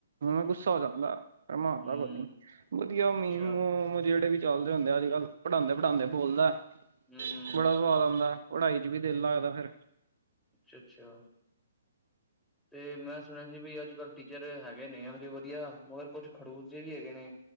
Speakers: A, on the right (about 65°); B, in the centre.
A: ਹੈ ਗੁੱਸਾ ਹੋ ਜਾਂਦਾ। ਪਰ ਮਾਰਦਾ
B: ਹੂੰ,
A: ਕੋ ਨ ਵਧੀਆ
B: ਅੱਛਾ,
A: ਮੀ ਮੋਮ ਜਿਹੜੇ ਵੀ ਚੱਲਦੇ ਹੁੰਦੇ ਆ ਅੱਜ ਕੱਲ ਪੜਾਉਂਦੇ ਪੜਾਉਂਦੇ ਬੋਲਦਾ
B: ਹੂੰ-ਹੂੰ,
A: ਬੜਾ ਸਵਾਦ ਆਉਂਦਾ ਪੜ੍ਹਾਈ 'ਚ ਵੀ ਦਿਲ ਲੱਗਦਾ ਫਿਰ
B: ਅੱਛਾ -ਅੱਛਾ ਤੇ ਮੈਂ ਸੁਣਿਆ ਸੀ ਵੀ ਅੱਜ ਕੱਲ ਟੀਚਰ ਹੈਗੇ ਨੇ ਇਹੋ ਜਿਹੇ ਵਧੀਆ ਮਗਰ ਕੁਛ ਖੜੂਸ ਜੇ ਵੀ ਹੈਗੇ ਨੇ।